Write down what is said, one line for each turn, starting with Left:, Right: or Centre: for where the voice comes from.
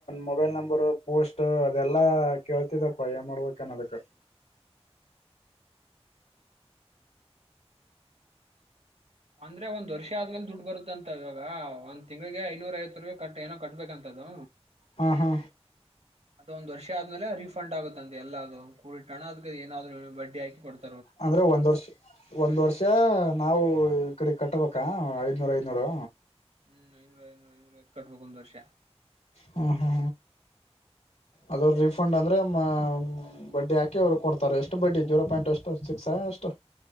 Left: ಮೊಬೈಲ್ ನಂಬರ್ ಪೋಸ್ಟ್ ಅದೆಲ್ಲಾ ಕೇಳ್ತಿದಪ್ಪ ಏನ್ ಮಾಡ್ಬೇಕನ್ ಅದಕ್. <inaudible>
Right: ಅಂದ್ರೆ ಒಂದ್ ವರ್ಷ ಆದ್ಮೇಲೆ ದುಡ್ಡು ಬರುತ್ ಅಂತ ಇವಾಗ ಒಂದ್ ತಿಂಗಳಿಗೆ ಐನೂರ ಐವತ್ ರೂಪಾಯಿ ಕಟ್ಟ ಏನೋ ಕಟ್ಟಬೇಕಂತೆ ಅದು
Left: ಹಾ ಹಾ
Right: ಒಂದ್ ವರ್ಷ ಆದ್ಮೇಲೆ ರೀಫಂಡ್ ಆಗುತ್ತೆ. ಅಂದ್ ಎಲ್ಲಾರ್ದು <unintelligible> ಬಡ್ಡಿ ಹಾಕಿ ಕೊಡ್ತ
Left: ಅಂದ್ರೆ ಒಂದ್ ವರ್ಷ ಒಂದ್ ವರ್ಷ ನಾವು ಓ ಈ ಕಡೆ ಕಟ್ಟಬೇಕ ಐದ್ನೂರು ಐದ್ನೂರು.
Right: ಹ್ಮ್ ಐನೂರ ಐನೂರ <unintelligible> ಕಟ್ಬೇಕು ಒಂದ ವರ್ಷ.
Left: ಹಾ ಹಾ ಅದರದ ರಿಫಂಡ್ <unintelligible> ಹಾ ಬಡ್ಡಿ ಹಾಕಿ ಅವ್ರು ಕೊಡ್ತಾರೆ ಎಷ್ಟು ಬಡ್ಡಿ ಜೀರೋ ಪಾಯಿಂಟ್ ಎಷ್ಟು ಸಿಕ್ಸ್ ಎಷ್ಟು